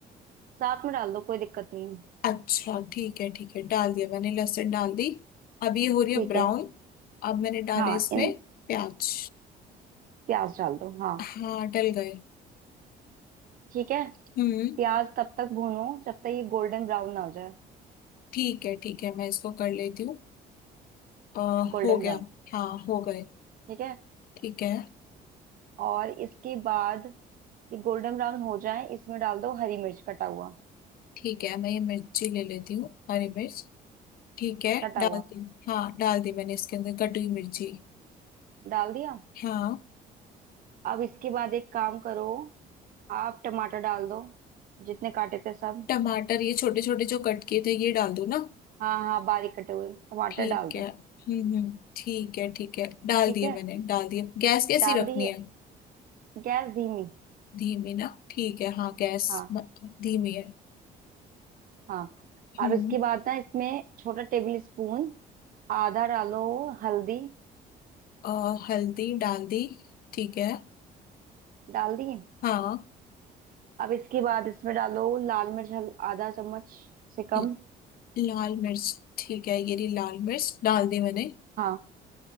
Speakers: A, on the right (about 55°); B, on the left (about 60°).
A: साथ में डाल दो कोई दिक्कत नहीं है
B: अच्छा ठीक है ठीक है डाल दिया मैंने लहसुन डाल दी अब ये हो रही है
A: ठीक
B: ब्राउन
A: है
B: अब मैंने डाले
A: हाँ
B: इसमें
A: इन
B: प्याज
A: प्याज डाल दो हाँ
B: हाँ डल गए
A: ठीक है
B: हम्म
A: प्याज तब तक भूनो जब तक ये गोल्डन ब्राउन ना हो जाए
B: ठीक है ठीक है मैं इसको कर लेती हूँ अ,
A: Golden
B: हो गया
A: brown
B: हाँ हो गए
A: ठीक है
B: ठीक है
A: और इसके बाद ये गोल्डन ब्राउन हो जाए इसमें डाल दो हरी मिर्च कटा हुआ
B: ठीक है मैं ये मिर्ची ले लेती हूँ हरी मिर्च ठीक है
A: कटा
B: डाल
A: हुआ
B: दी हाँ डाल दी मैंने इसके अंदर कटी हुई मिर्ची
A: डाल दिया
B: हाँ
A: अब इसके बाद एक काम करो आप टमाटर डाल दो जितने काटे थे सब
B: टमाटर ये छोटे छोटे जो कट किए थे ये डाल दूँ ना
A: हाँ हाँ बारीक कटे हुए टमाटर
B: ठीक
A: डाल दो
B: है हम्म हम्म ठीक है ठीक है डाल
A: ठीक
B: दिए
A: है
B: मैंने डाल दिए गैस कैसी
A: डाल
B: रखनी
A: दी
B: है
A: गैस धीमी
B: धीमी ना ठीक है हाँ गैस
A: हाँ
B: मत- धीमी है
A: हाँ
B: हम्म
A: अब इसके बाद ना इसमें छोटा टेबल स्पून आधा डालो हल्दी
B: अ, हल्दी डाल दी ठीक है
A: डाल दी
B: हाँ
A: अब इसके बाद इसमें डालो लाल मिर्च हल- आधा चम्मच से कम
B: ल- लाल मिर्च ठीक है ये रही लाल मिर्च डाल दी मैंने
A: हाँ